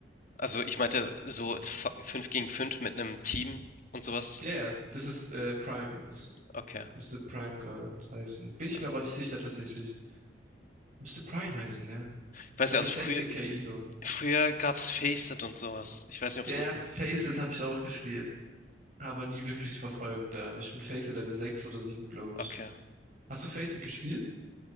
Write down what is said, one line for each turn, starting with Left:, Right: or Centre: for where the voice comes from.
Left: also ich meinte so 5 gegen 5 mit einem Team und sowas.
Right: Ja, ja, das ist äh, Prime. Das
Left: Okay.
Right: müsste Prime gerade heißen. Bin ich
Left: Also,
Right: mir aber nicht sicher tatsächlich. Müsste Prime heißen, ja.
Left: ich weiß
Right: Da
Left: ja,
Right: bin
Left: also
Right: ich 16k
Left: früher,
Right: Elo.
Left: früher gab's Faceit und sowas. Ich weiß nicht, ob
Right: Ja,
Left: es das
Right: Faceit
Left: noch.
Right: habe ich auch gespielt, aber nie wirklich verfolgt da. Ich bin Faceit Level 6 oder sieben glaube ich.
Left: Okay.
Right: Hast du Faceit gespielt?